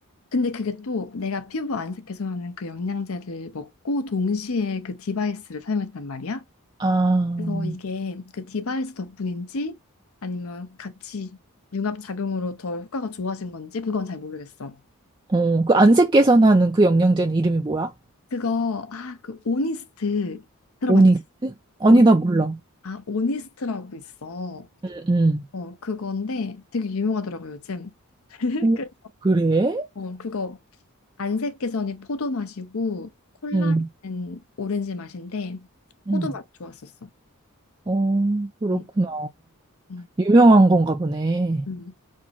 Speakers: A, on the left; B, on the right.
A: 근데 그게 또 내가 피부 안색 개선하는 그 영양제를 먹고 동시에 그 디바이스를 사용했단 말이야.
B: 아.
A: 그래서 이게 그 디바이스 덕분인지 아니면 같이 융합 작용으로 더 효과가 좋아진 건지 그건 잘 모르겠어.
B: 어, 그 안색 개선하는 그 영양제는 이름이 뭐야?
A: 그거 아, 그 오니스트 들어봤지?
B: 오니스트? 아니,
A: 온,
B: 나 몰라.
A: 아, 오니스트라고 있어.
B: 응 응
A: 어, 그건데 되게 유명하더라고 요즘. <laughs>
B: 오,
A: 그-
B: 그래?
A: 어, 그거 안색개선이 포도 맛이고 콜라겐은
B: 응
A: 오렌지 맛인데
B: 응
A: 포도 맛 좋았었어.
B: 어, 그렇구나.
A: 음, 음,
B: 유명한 건가 보네.
A: 음.